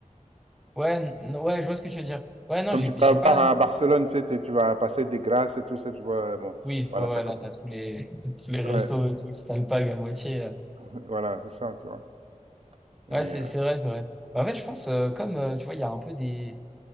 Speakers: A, in the centre; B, on the right.
A: Ouais, n- ouais, je vois ce que tu veux dire. Ouais, non,
B: Comme
A: j'ai
B: tu peux
A: j'ai
B: avoir
A: pas.
B: à Barcelone, tu sais, t'es- tu vas passer des grâces et tout ça, tu vois, euh, bon,
A: Oui,
B: voilà,
A: ouais, ouais,
B: ça commence.
A: là, t'as tous les, <laughs> tous les restos
B: Ouais,
A: et tout qui t'alpaguent à moitié. euh.
B: <laughs> voilà, c'est ça, tu vois.
A: Ouais,
B: Et,
A: c'est
B: euh,
A: c'est vrai, c'est vrai. En fait, je pense, euh, comme, euh, tu vois, il y a un peu des.